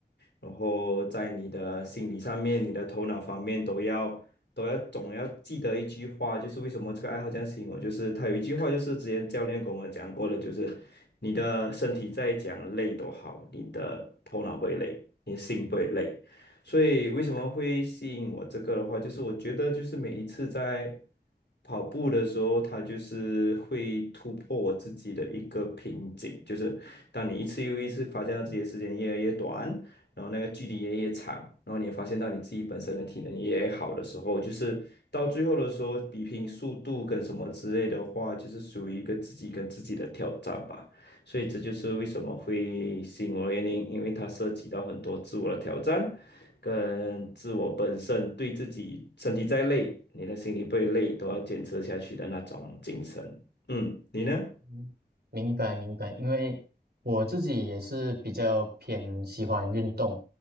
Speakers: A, on the left; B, on the right.
A: 然后在你的心理上面、你的头脑方面都要。都要总要记得一句话，就是为什么这个爱好这样吸引我，就是他有一句话，就是之前教练跟我们讲过的，就是你的身体再讲累都好，你的头脑不会累，你的心不会累。所以为什么会吸引我这个的话，就是我觉得就是每一次在跑步的时候，它就是会突破我自己的一个瓶颈，就是当你一次又一次发现到自己的时间越来越短，然后那个距离也越长，然后你也发现到你自己本身的体能也好的时候，就是到最后的时候，比拼速度跟什么之类的话，就是属于一个自己跟自己的挑战吧。所以这就是为什么会吸引我的原因，因为它涉及到很多自我的挑战，跟自我本身对自己身体再累，你的心里不会累，都要坚持下去的那种精神。嗯，你呢？
B: 嗯，明白明白，因为我自己也是比较偏喜欢运动，